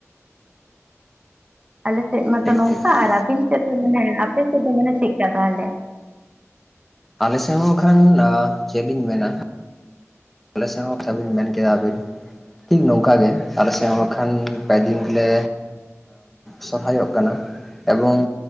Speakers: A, on the right (about 20°); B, in the centre.
A: ᱟᱞᱮᱥᱮᱫ ᱢᱟᱛᱚ
B: ᱴᱷᱤᱠ
A: ᱱᱚᱝᱠᱟ
B: ᱴᱷᱤᱠ ᱴᱷᱤᱠ
A: ᱟᱨ ᱟᱵᱤᱱ ᱥᱮᱫ ᱫᱚ ᱢᱟᱱᱮ ᱟᱯᱮ ᱥᱮᱫ ᱫᱚ ᱢᱟᱱᱮ ᱪᱮᱜᱠᱟ ᱛᱟᱦᱚᱞᱮ
B: ᱟᱞᱮᱥᱮᱫ ᱦᱚᱸ ᱠᱷᱟᱱ ᱪᱮᱫ ᱤᱧ ᱢᱮᱱᱟ ᱟᱞᱮ ᱥᱮᱫ ᱦᱚᱸ ᱡᱟᱦᱟᱸ ᱵᱤᱱ ᱢᱮᱱ ᱠᱮᱫᱟ ᱟᱹᱵᱤᱱ ᱴᱷᱤᱠ ᱱᱚᱝᱠᱟ ᱜᱮ ᱟᱞᱮ ᱥᱮ ᱠᱷᱟᱱ ᱯᱮ ᱫᱤᱱ ᱜᱮᱞᱮ ᱥᱚᱨᱦᱟᱭᱚᱜ ᱠᱟᱱᱟ ᱮᱵᱚᱝ